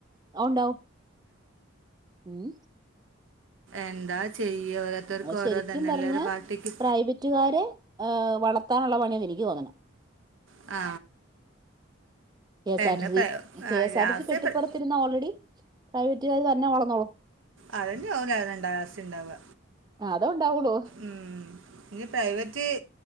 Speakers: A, on the right; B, on the right.
A: ആ ഉണ്ടാവും ഉം
B: എന്താ ചെയ്യുക ഓരോരുത്തർക്ക്
A: അ ശരിക്കും
B: ഓരോ തന്നെ
A: പറഞ്ഞാ
B: എല്ലാവരും പാർട്ടിക്ക്
A: പ്രൈവറ്റുകാരെ വളർ ത്താനുള്ള പണിയാന്ന് എനിക്ക് തോന്നണെ
B: ആ
A: കെ എസ്
B: എന്നെ
A: ആർ ടി സി
B: പ്ര- ആ
A: K S
B: last
A: R T C പെട്ടിപ്പുറത്തിരുന്ന
B: പ്ര-
A: ഓൾറെഡി പ്രൈവറ്റ് കാര് തന്നെ വളന്നോളൂ
B: അതന്നെയാവും <unintelligible> ഉണ്ടാവുക
A: അതേ ഉണ്ടാവുള്ളൂ
B: ഉം ഇനി പ്രൈവറ്റ്